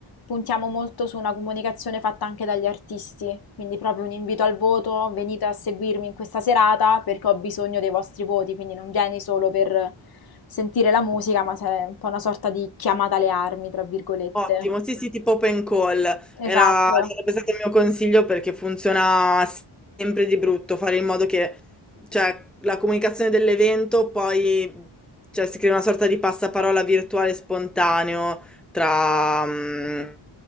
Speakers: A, on the left; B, in the centre.
A: puntiamo molto su una comunicazione fatta anche dagli artisti, quindi proprio un invito al voto, venite a seguirmi in questa serata perché ho bisogno dei vostri voti, quindi non vieni solo per sentire la musica, ma sei un po' una sorta di chiamata alle armi, tra virgolette.
B: Ottimo, sì, sì, tipo open call. Era,
A: Esatto.
B: sarebbe stato il mio consiglio perché funziona sempre di brutto, fare in modo che, cioè, la comunicazione dell'evento poi, cioè, si crea una sorta di passaparola virtuale spontaneo tra, mm,